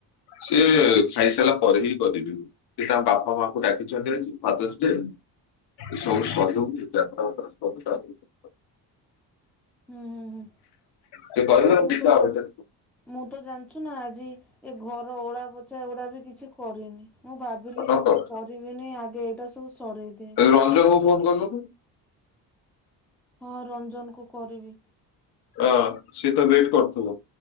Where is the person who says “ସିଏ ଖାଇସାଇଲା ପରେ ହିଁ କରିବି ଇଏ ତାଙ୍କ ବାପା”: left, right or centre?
Left